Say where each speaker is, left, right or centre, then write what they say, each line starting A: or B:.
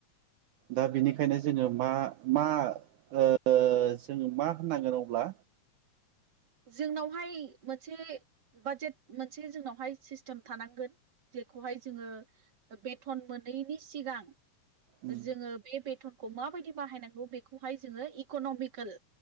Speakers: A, on the right; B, on the right.
A: दा बिनिखायनो जोङो मा मा ओ जोङो मा होननांगोन अब्ला
B: जोंनावहाय मोनसे बाजेट मोनसे जोंनावहाय सिस्टेम थानांगोन। जेखौहाय जोङो बेथन मोनैनि सिगां
A: उम
B: जोङो बे बेथनखौ माबायदि बाहायनांगौ बेखौहाय जोङो इक'नमिकेल।